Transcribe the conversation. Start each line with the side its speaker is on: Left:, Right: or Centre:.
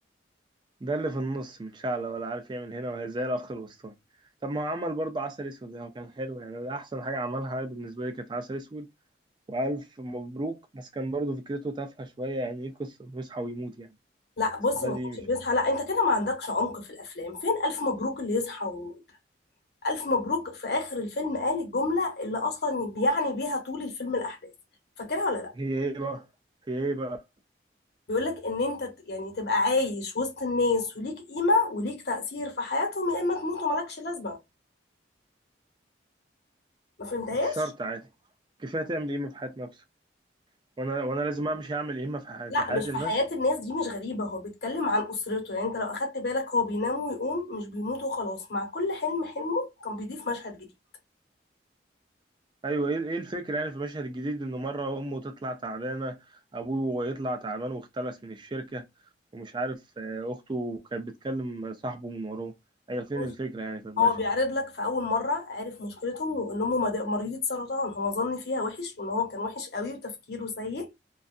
Right: ده اللي في النص متشعلق ولا عارف يعمل هنا وهي زي الأخ الوسطاني طب ما هو عمل برضه عسل أسود هو كان حلو يعني ده أحسن حاجة عملها بالنسبة لي كانت عسل أسود وألف مبروك بس كان برضه فكرته تافهة شوية يعني إيه قصة إنه يصحى ويموت يعني
Left: لا بص
Right: استفاد
Left: ما
Right: إيه
Left: كانش
Right: مش
Left: بيصحى
Right: فاهم
Left: لا انت كده ما عندكش عمق في الافلام فين الف مبروك اللي يصحى ويموت الف مبروك في اخر الفيلم قال الجمله اللي اصلا بيعني بيها طول الفيلم الاحداث فاكرها ولا لا
Right: هي إيه بقى هي إيه بقى
Left: بيقول لك ان انت ت- يعني تبقى عايش وسط الناس وليك قيمه وليك تاثير في حياتهم يا اما تموت ومالكش لازمه ما فهمتهاش
Right: مش شرط عادي كفاية تعمل قيمة في حياة نفسك وأنا وأنا لازم أمشي أعمل قيمة في حياة
Left: لا
Right: لحياة
Left: مش
Right: الناس
Left: في حياة الناس دي مش غريبة هو بيتكلم عن أسرته يعني أنت لو أخدت بالك هو بينام ويقوم مش بيموت وخلاص مع كل حلم حلمه كان بيضيف مشهد جديد
Right: ايوه ايه إيه الفكره يعني في المشهد الجديد انه مره امه تطلع تعبانه ابوه يطلع تعبان واختلس من الشركه ومش عارف آه، اخته كانت بتكلم صاحبه من وراه ايوه فين
Left: ماشي.
Right: الفكره يعني في المشهد
Left: هو بيعرض لك في أول مرة عرف مشكلتهم وإن أمه مد- مريضة سرطان هو ظن فيها وحش وإن هو كان وحش قوي وتفكيره سيء